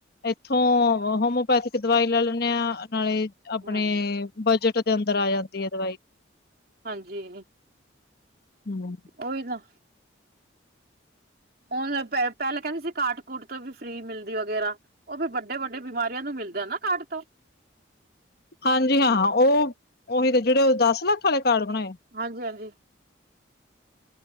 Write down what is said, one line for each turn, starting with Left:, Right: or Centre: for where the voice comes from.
Left: ਇਥੋਂ ਹ- ਥਿਕ ਦਵਾਈ ਲੈ ਲੈਂਦੇ ਹਾਂ ਨਾਲੇ ਆਪਣੇ
Right: ਹੂੰ
Left: ਬਜਟ ਦੇ ਅੰਦਰ ਆ ਜਾਂਦੇ ਦੀ ਦਵਾਈ
Right: ਹਾਂਜੀ
Left: ਹੂੰ -
Right: ਉਹੀ ਨਾ- ਉਹ ਪਹਿਲਾਂ ਕਹਿਦੇ ਸੀ ਕਾਟ ਕੂਟ ਤੋਂ ਵੀ ਫ੍ਰਰੀ ਮਿਲਦੀ ਵਗੈਰਾ ਉਹ ਵੀ ਵੱਡੇ- ਵੱਡੇ ਬਿਮਾਰੀਆਂ ਨੂੰ ਮਿਲਦੇ ਨਾ ਕਾਡ ਤੋਂ
Left: ਹਾਂਜੀ ਹਾਂ ਉਹ ਉਹੀ ਤੇ ਜਿਹੜੇ ਉਹ ਦਸ ਲੱਖ ਆਲੇ ਕਾਰਡ ਬਣਾਏ?
Right: ਹਾਂਜੀ ਹਾਂਜੀ